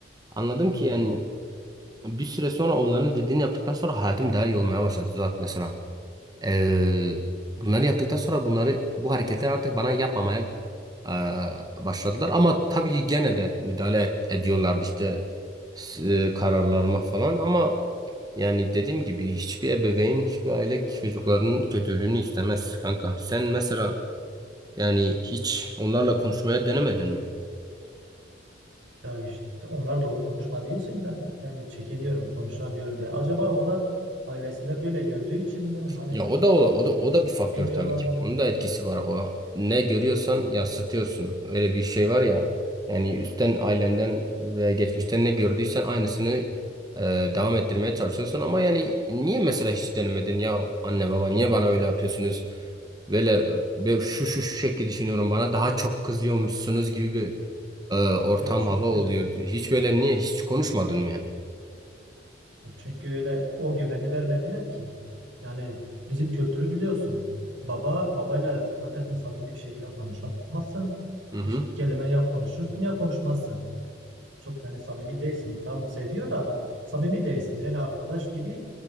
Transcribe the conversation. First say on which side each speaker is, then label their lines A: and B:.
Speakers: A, on the right; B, on the right.
A: anladım
B: Hmm.
A: ki yani bir süre sonra onların dediğini yaptıktan sonra hayatım daha iyi olmaya başladı. Zaten mesela Eee, bunları yaptıktan sonra bunları bu hareketler artık bana yapmamaya eee, başladılar. Ama tabii ki gene de müdahale et- ediyorlardı işte s- e, kararlarıma falan. Ama yani dediğim gibi hiçbir ebeveyn, hiçbir aile çocuklarının kötülüğünü istemez kanka. Sen mesela yani hiç onlarla konuşmaya denemedin mi?
B: Ya işte onlar doğru konuşmadığı için ben yani çekiniyorum, konuşamıyorum bile. Acaba onlar ailesinde böyle gördüğü için mi? Hani
A: Ya o da o, o da o da bir faktör
B: bilmiyorlar
A: tabii ki.
B: mı?
A: Onun da etkisi var. O ne görüyorsan yansıtıyorsun. Öyle bir şey var ya. Yani üstten ailenden ve geçmişten ne gördüysen aynısını e, devam ettirmeye çalışıyorsun ama yani niye mesela hiç denemedin ya anne baba niye bana öyle yapıyorsunuz? Böyle ve şu şu şu şekilde düşünüyorum bana daha çok kızıyormuşsunuz gibi bir e, ortam
B: Ya çünkü
A: hava oluyor. Hiç böyle niye hiç konuşmadın mı yani?
B: çünkü öyle o güveni vermediler ki. Yani bizim kültürü biliyorsun. Baba babayla zaten samimi bir şekilde konuşamazsın.
A: Hı hı.
B: İki kelime ya konuşursun ya konuşmazsın. Çok yani samimi değilsiniz. Tam seviyor da samimi değilsiniz. Yani arkadaş gibi